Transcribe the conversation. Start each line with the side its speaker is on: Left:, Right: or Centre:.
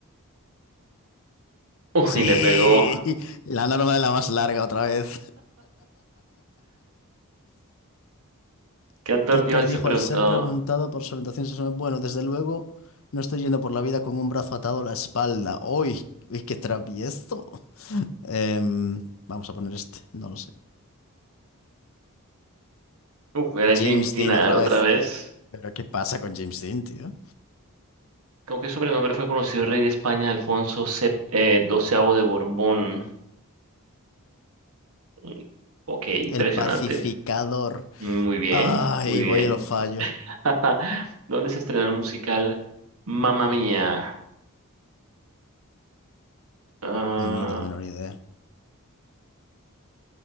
Right: Uy,
Left: Sí,
Right: le pegó.
Left: <laughs> la norma de la más larga otra vez. <laughs>
Right: ¿Qué actor
Left: ¿Qué actor
Right: dio al
Left: dijo
Right: ser preguntado?
Left: al ser preguntado por su orientación sexual? Bueno, desde luego, no estoy yendo por la vida con un brazo atado a la espalda. ¡Uy! ¡Uy, qué travieso! Em, vamos a poner este, no lo sé.
Right: Uf, era
Left: James
Right: James Dean
Left: Dean
Right: ah,
Left: otra
Right: otra
Left: vez.
Right: vez.
Left: ¿Pero qué pasa con James Dean, tío?
Right: ¿Con qué sobrenombre fue conocido el rey de España, Alfonso X, eh, XII de Borbón? Mm, Ok, impresionante.
Left: El pacificador.
Right: Muy bien,
Left: Ay,
Right: muy bien.
Left: voy y lo fallo.
Right: <laughs> ¿Dónde se estrenó el musical Mamma Mía? Ah,
Left: Ni la menor idea.